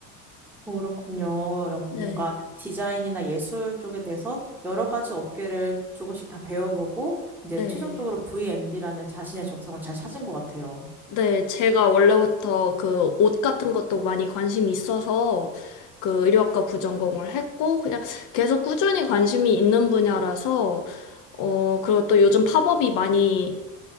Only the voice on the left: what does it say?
네,
네.
네, 제가 원래부터 그 옷 같은 것도 많이 관심이 있어서 그 의류학과 부전공을 했고 그냥 계속 꾸준히 관심이 있는 분야라서 어, 그리고 또 요즘 팝업이 많이